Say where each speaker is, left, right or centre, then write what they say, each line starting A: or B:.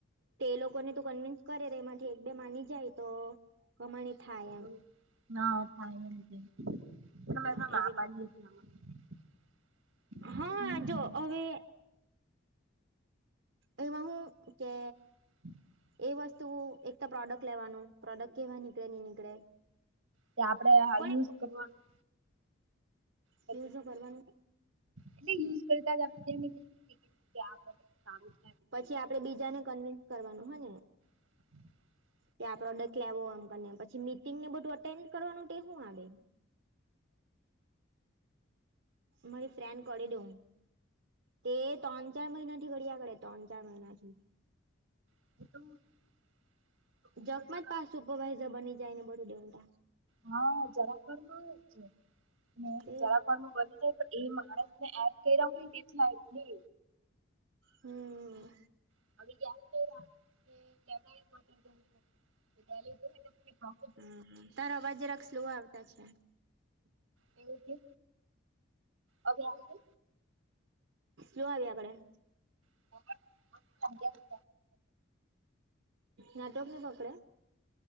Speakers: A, on the right; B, on the right.
A: તે એ લોકોને તું કન્વેન્સ કરે તો એમાંથી એક બે માની જાય તો કમાણી. થાય
B: <inaudible>
A: એમ
B: <unintelligible>
A: હા એવી રીતે હા
B: હમ,
A: જો અવે એમાં હુ કે.
B: <inaudible>
A: એ વસ્તુ એક તો પ્રોડક્ટ લેવાનું. પ્રોડક્ટ કેવા નીકળે ની નીકળે.
B: કે આપડે આ
A: પણ
B: યુઝ કરવાનું. પછી
A: યુઝ જો કરવાનું.
B: એટલે યુઝ કરતા જ આપ <unintelligible>
A: પછી આપડે બીજાને કન્વિન્સ કરવાનું હે ને.
B: <unintelligible>
A: ત્યા આ પ્રોડક્ટ લેવો. એમને પછી મીટિંગને બધું અટેન્ડ કરવાનું તે શું આવે? મારી ફ્રેન્ડ કરી દેવું. તે ત્રણ ચાર મહિનાથી ઘડીયા કરે, ત્રણ ચાર મહિનાથી.
B: <unintelligible> એ
A: જગમાં
B: તો જરા
A: જ પાછું સુપરવાઇઝર બની જાય ને બધું દેવતા.
B: હા, જરાક વારમાં છે ને
A: તે
B: જરાક વારમાં બની જાય. એ માણસને એડ કર્યા હોય એટલા એટલે
A: હમ.
B: <unintelligible>
A: હમ. તારો અવાજ જરાક સ્લો આવતા છે.
B: એવું કે? ઓકે.
A: જો આવી આગળ એમ.
B: <unintelligible>
A: નેટવર્કની પકડે?